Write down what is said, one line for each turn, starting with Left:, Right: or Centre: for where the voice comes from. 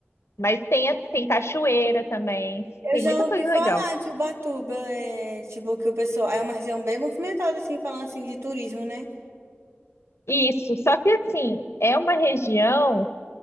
Left: Mas tem, a- tem cachoeira também,
Right: Eu
Left: tem
Right: já
Left: muita coisa
Right: ouvi falar
Left: legal.
Right: de Ubatuba, é, tipo, que o pessoal, é uma região bem movimentada, assim, falando assim de turismo, né?
Left: Isso, só que assim, é uma região